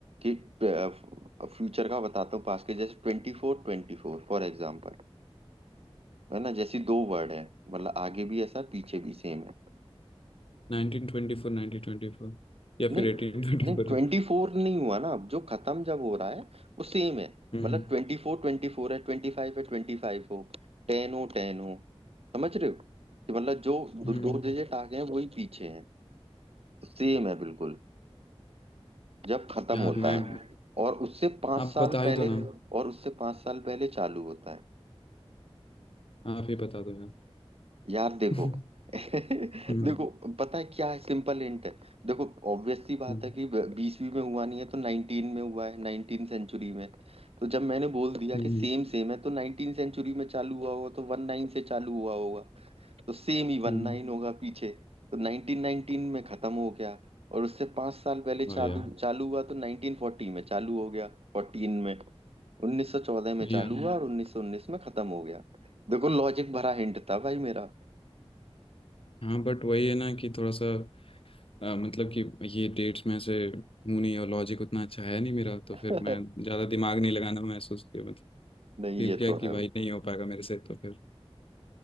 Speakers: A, on the right; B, on the left.
A: कि फ्यूचर का बताता हूँ पास के जैसे ट्वेंटी फोर ट्वेंटी फोर फॉर एग्जाम्पल है ना जैसी दो वर्ड है मतलब आगे भी ऐसा पीछे भी सेम है
B: Nineteen twenty four nineteen twenty four या
A: नहीं
B: फिर एटीन ट्वेंटी
A: नहीं
B: फोर
A: ट्वेंटी
B: है
A: फोर नहीं हुआ ना अब जो खत्म जब हो रहा है वो सेम है
B: हम्म
A: मतलब ट्वेंटी फोर ट्वेंटी फोर है ट्वेंटी फाइव है ट्वेंटी फाइव हो टेन हो टेन हो समझ रहे हो कि मतलब जो दो,
B: हम्म
A: दो डिजिट आगे हैं वही पीछे हैं सेम है बिल्कुल जब खत्म
B: यार
A: होता
B: मैं
A: है और उससे पांच साल
B: आप बता ही
A: पहले
B: दो ना
A: और उससे पांच साल पहले चालू होता है
B: आप ही बता दो यार
A: यार देखो
B: <laughs>
A: <laughs> देखो
B: हम्म
A: पता है क्या है सिंपल हिंट है देखो ऑब्वियस सी बात
B: हम्म
A: है कि बीसवीं में हुआ नहीं है तो नाइनटीन में हुआ है नाइनटीन सेंचुरी में तो जब मैंने बोल दिया
B: हम्म,
A: कि सेम सेम है तो नाइनटीन सेंचुरी में चालू हुआ होगा तो वन नाइन से चालू हुआ होगा तो सेम ही वन
B: हम्म।
A: नाइन होगा पीछे तो नाइनटीन नाइनटीन में खत्म हो गया और उससे पांच साल पहले
B: वाह
A: चालू
B: यार
A: चालू हुआ तो नाइनटीन फोर्टी में चालू हो गया फोर्टीन में उन्नीस सौ चौदह में
B: नहीं
A: चालू
B: यार
A: हुआ और उन्नीस सौ उन्नीस में खत्म हो गया देखो लॉजिक भरा हिंट था भाई मेरा
B: हाँ बट वही है ना कि थोड़ा सा अ, मतलब कि ये डेट्स में से हूँ नहीं और लॉजिक उतना अच्छा है नहीं मेरा तो
A: <laughs>
B: फिर मैं ज़्यादा दिमाग नहीं लगाना महसूस किया मतलब
A: नहीं
B: फील
A: ये
B: किया
A: तो
B: कि
A: है
B: भाई
A: भाई
B: नहीं हो पाएगा मेरे से तो फिर